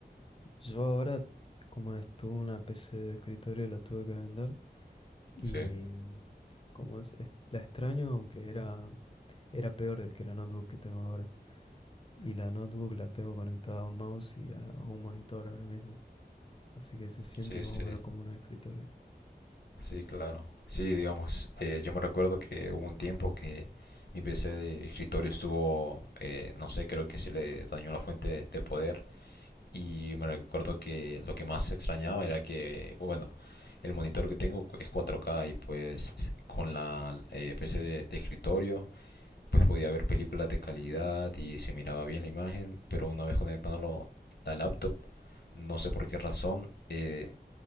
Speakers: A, on the left (about 30°); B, on the left (about 70°).
A: Yo ahora, como estuve una PC de escritorio, la tuve que vender y
B: Sí,
A: mm, como es, es- la extraño, aunque era, era peor de que la notebook que tengo ahora. Y la notebook la tengo conectada a un mouse y a, a un monitor ahora mismo, así que se siente
B: sí,
A: más
B: sí,
A: o menos como un escritorio.
B: sí, claro. Sí, digamos, eh, yo me recuerdo que hubo un tiempo que mi PC de escritorio estuvo, eh, no sé, creo que se le dañó la fuente de poder. Y me recuerdo que lo que más extrañaba era que, bueno, el monitor que tengo es 4K y pues con la eh, PC de, de escritorio pues podía ver películas de calidad y se miraba bien la imagen, pero una vez conectándolo a la laptop, no sé por qué razón, eh,